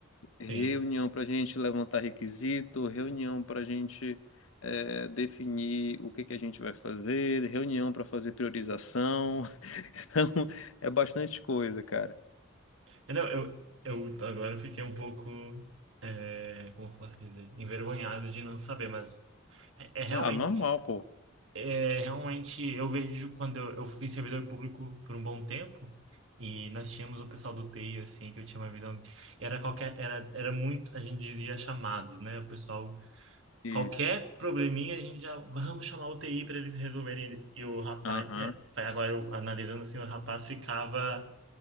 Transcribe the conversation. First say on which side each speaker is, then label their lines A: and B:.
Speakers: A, on the left; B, on the right.
A: reunião
B: sim.
A: para gente levantar requisito, reunião para gente é, definir o que que a gente vai fazer, reunião para fazer priorização. <laughs> Então é bastante coisa, cara.
B: É, Não, eu, eu agora eu fiquei um pouco, é, como eu posso dizer, envergonhado de não saber, mas é, é realmente.
A: Ah, normal, pô.
B: É, realmente, eu vejo quando eu, eu fui servidor público por um bom tempo e nós tínhamos o pessoal do TI, assim, que eu tinha uma visão. Era qualquer, era, era muito, a gente dizia chamados, né? O pessoal,
A: Isso.
B: qualquer probleminha, a gente já, vamos chamar o TI para eles resolverem. E o rapaz,
A: Aham.
B: é, foi- agora eu analisando assim, o rapaz ficava